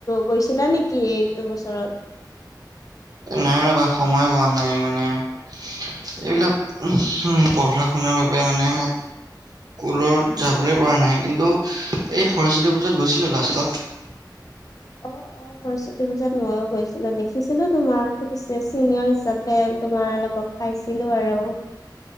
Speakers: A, on the left; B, on the right.
A: গৈছিলা নেকি এইটো বছৰত?
B: নাই ৰবা সময় পোৱা নাই মানে। এইবিলাক পঢ়া শুনাৰ বাবে মানে কুলত যাবলৈ পৰা নাই কিন্তু এই সৰস্বতী পূজাত গৈছিলো লাষ্টত।
A: অ অ সৰস্বতী পূজাত মইয়ো গৈছিলো দেখিছিলো তোমাকো পিছে চিনিয়ৰ হিচাপে তোমাৰ লোকক পাইছিলো আৰু।